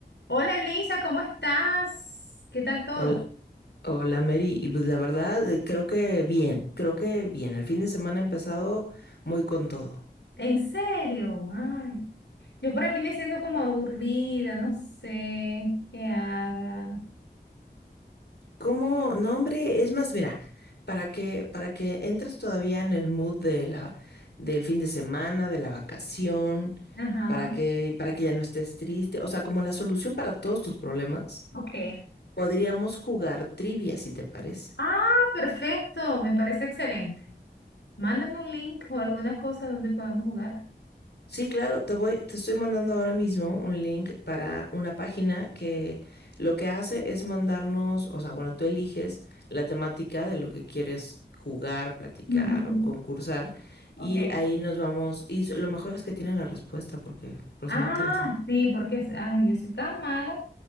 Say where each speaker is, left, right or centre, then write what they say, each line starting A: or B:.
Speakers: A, on the left; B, on the left.
A: Hola Lisa, ¿cómo estás? ¿Qué tal todo?
B: Hola, hola Mary, y pues la verdad eh, creo que bien, creo que bien, el fin de semana ha empezado muy con todo.
A: ¿En serio? Ay, yo por aquí me siento como aburrida, no sé qué haga.
B: ¿Cómo? No, hombre, es más, mira, para que, para que entres todavía en el mood de la, del fin de semana, de la vacación,
A: Ajá,
B: para que, para que ya no estés triste, o sea, como la solución para todos tus problemas,
A: ok.
B: podríamos jugar trivia, si te parece.
A: Ah, perfecto, me parece excelente. Mándame un link o alguna cosa donde podamos jugar.
B: Sí, claro, te voy, te estoy mandando ahora mismo un link para una página que lo que hace es mandarnos, o sea, bueno, tú eliges la temática de lo que quieres jugar, platicar
A: Ujú,
B: o concursar y
A: Ok.
B: ahí nos vamos, y lo mejor es que tienen la respuesta porque por
A: Ah,
B: si no te la sabes.
A: sí, porque, es- ay, yo soy tan mala.